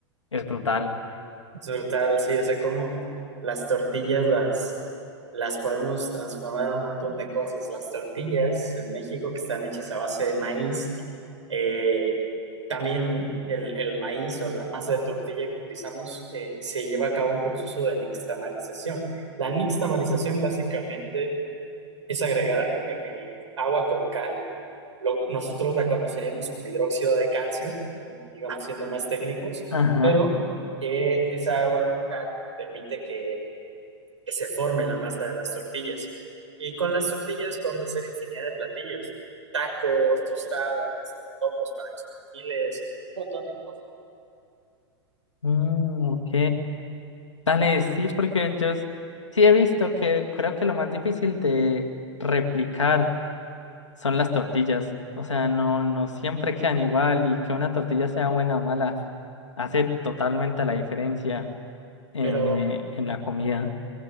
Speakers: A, on the left (about 85°); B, on the right (about 90°).
A: es brutal.
B: Es brutal, sí, o sea, como las tortillas las, las podemos transformar en un montón de cosas. Las tortillas en México que están hechas a base de maíz, eh, también el, el maíz o la masa de tortilla que utilizamos eh, se lleva a cabo un proceso de nixtamalización. La nixtamalización básicamente es agregar eh, eh, agua con cal lo- nosotros la conoceríamos como hidróxido de calcio, digamos siendo más técnicos,
A: Ajá,
B: pero eh, esa agua con cal permite que, que se forme la masa de las tortillas. Y con las tortillas podemos hacer infinidad de platillos, tacos, tostadas, tacos para chilaquiles, un montón de cosas.
A: mm, ok. Dale, sí, porque yo s- sí he visto que creo que lo más difícil de replicar son las tortillas. O sea, no, no siempre quedan igual y que una tortilla sea buena o mala hace totalmente la diferencia eh,
B: Pero
A: en la comida.